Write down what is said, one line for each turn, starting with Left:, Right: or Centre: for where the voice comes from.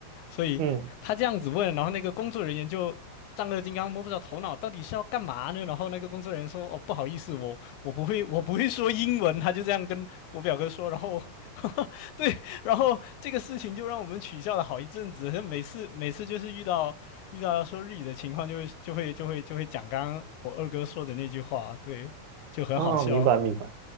Left: 所以他这样子问，
Right: 嗯，
Left: 然后那个工作人员就丈二金刚摸不着头脑，到底是要干嘛呢？然后那个工作人员说：“哦，不好意思，我我不会，我不会说英文。”他就这样跟我表哥说，然后 <laughs> 对，然后这个事情就让我们取笑了好一阵子。每次每次就是遇到遇到要说日语的情况就，会就会就会就会讲刚刚我二哥说的那句话，对，就很好笑。
Right: 哦，明白明白。”